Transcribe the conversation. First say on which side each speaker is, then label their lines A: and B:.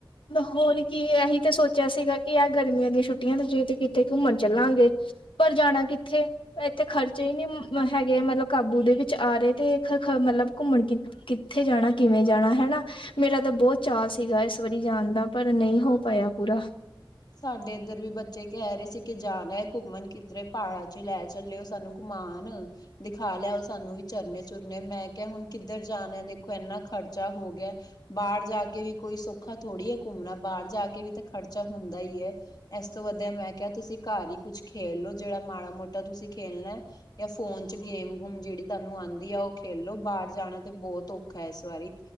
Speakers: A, on the left; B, on the left.
A: ਹੋਰ ਕੀ ਐ ਹੀ ਤੇ ਸੋਚੇਆ ਸੀਗਾ, ਕਿ ਐ ਗਰਮੀਆਂ ਦੀ ਛੁੱਟੀਆਂ ਤੇ, ਵੀ ਤੇ ਕਿੱਥੇ ਘੁੰਮਣ ਚੱਲਾਂਗੇ। ਪਰ ਜਾਣਾ ਕਿੱਥੇ ਏੱਥੇ ਖਰਚੇ ਈ ਨੀ ਹੈਗੇ ਮਤਲਬ ਕਾਬੂ ਦੇ ਵਿੱਚ ਆਰੇ, ਤੇ ਮਤਲਬ ਘੁੰਮਣ ਕਿ ਕਿੱਥੇ ਜਾਣਾ, ਕਿਵੇਂ ਜਾਣਾ ਹੇਨਾ, ਮੇਰਾ ਤਾਂ ਬੋਤ ਚਾਅ ਸੀਗਾ ਇਸ ਵਰੀ ਜਾਨਦਾ, ਪਰ ਨਈ ਹੋ ਪਾਏਆ ਪੂਰਾ।
B: ਸਾਡੇ ਇੱਧਰ ਵੀ ਬੱਚੇ ਕੈਰੈ ਸੀ ਕਿ ਜਾਨੈ ਘੁੰਮਣ ਕਿੱਧਰੇ ਪਹਾੜਾਂ ਚ ਲੈ ਚੱਲੇਓ ਸਾਨੂੰ ਘੁਮਾਨ ਦਿਖਾ ਲੇਆਓ ਸਾਨੂੰ ਵੀ ਝਰਨੇ ਚੁਰਨੇ, ਮੈਂ ਕੇਆ ਹੁਨ ਕਿੱਧਰ ਜਾਣੈ ਦੇਖੋ ਏਨਾ ਖਰਚਾ ਹੋ ਗੇਆ ਬਹਾਰ ਜਾ ਕੇ ਵੀ ਕੋਈ ਸੁੌਖਾ ਥੋੜੀ ਏ ਘੁੰਮਣਾ, ਬਾਰ ਜਾ ਕੇ ਵੀ ਤਾ ਖ਼ਰਚਾ ਹੁੰਦਾ ਈ ਏ ਏਸ ਤੋ ਵਦੀਆ ਮੈਂ ਕੇਆ ਤੂਸੀ ਘਾਰ ਈ ਕੁੱਛ ਖੇਲ ਲੋ, ਜੇੜਾ ਮਾੜਾ ਮੋਟਾ ਤੂਸੀ ਖੇਲਨੈ ਯਾ ਫੋ਼ਨ ਚ ਗੇਮ ਗੂਮ ਜੇੜੀ ਤੂਆਨੂੰ ਆਂਦੀ ਐ ਓ ਖੇ ਖੇਲੋ, ਬਾਰ ਜਾਣਾ ਤੇ ਬੋਤ ਔਖੈ ਇਸ ਵਾਰੀ